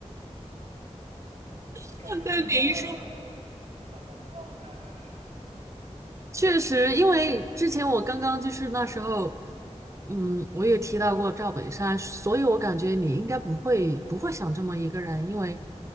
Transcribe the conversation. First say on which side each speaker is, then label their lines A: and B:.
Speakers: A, on the right; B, on the right.
A: 我感觉这个好像挺好猜的呀。
B: <laughs>。对，你一说，
A: <laughs>
B: 确实，因为之前我刚刚就是那时候，嗯，我也提到过赵本山，所以我感觉你应该不会不会想这么一个人，因为，